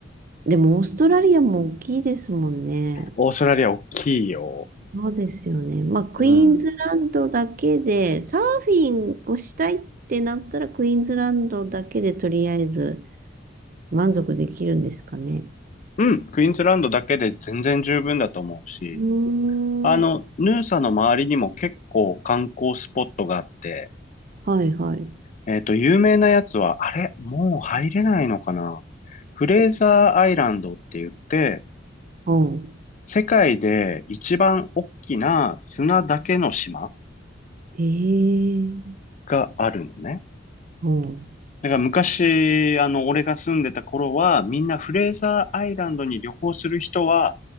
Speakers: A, on the right; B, on the left.
A: でもオーストラリアも大きいですもんね。
B: オーストラリア大きいよ。
A: そうですよね。まあ、クイーンズランドだけで、
B: うん。
A: サーフィンをしたいってなったら、クイーンズランドだけでとりあえず満足できるんですかね。
B: うん、クイーンズランドだけで全然十分だと思うし、
A: うーん。
B: あの、ヌーサの周りにも結構観光スポットがあって、
A: はいはい。
B: えっと、有名なやつは、あれもう入れないのかなフレーザーアイランドって言って、
A: うん。
B: 世界で一番大きな砂だけの島
A: へえ。
B: があるのね。
A: うん。
B: だから昔、あの、俺が住んでた頃は、みんなフレーザーアイランドに旅行する人は、